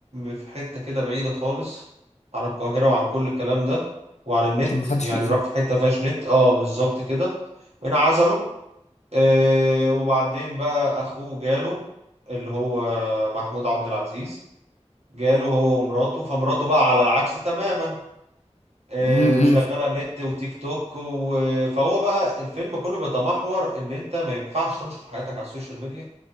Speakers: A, on the right; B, on the left.
A: في حتة كده بعيدة خالص عن القاهرة وعن كل الكلام ده وعن النت
B: عشان ما حدش
A: يعني راح في حتة فيهاش نت اه بالظبط كده انعزلوا آه وبعدين بقى أخوه جاله اللي هو محمود عبد العزيز جاله هو ومراته فمراته بقى على العكس تماما آه،
B: يأذيهم
A: شغالة نت وتيك توك و... فهو بقى الفيلم كله بيتمحور ان انت ما ينفعش تنشر حياتك على السوشيال ميديا